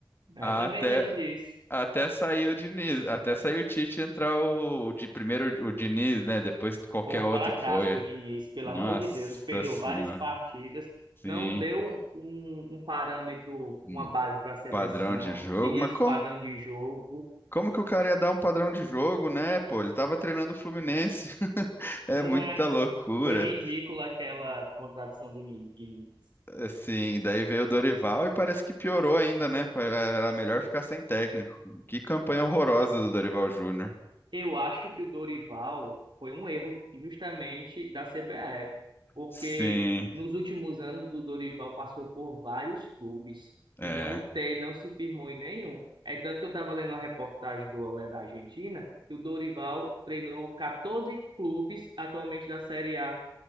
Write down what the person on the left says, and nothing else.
Até,
até sair o Diniz, até sair o Tite e entrar o, de primeiro o Diniz, né? Depois qualquer
outro que foi.
Nossa
senhora,
sim,
um
padrão de jogo,
mas como
Como que o cara ia dar um padrão de jogo, né? Pô, ele tava treinando o Fluminense. <laughs> É
muita
loucura.
Assim, daí veio o Dorival e parece que piorou ainda, né? Pa- Era melhor ficar sem técnico. Que campanha horrorosa do Dorival Júnior.
Sim,
é.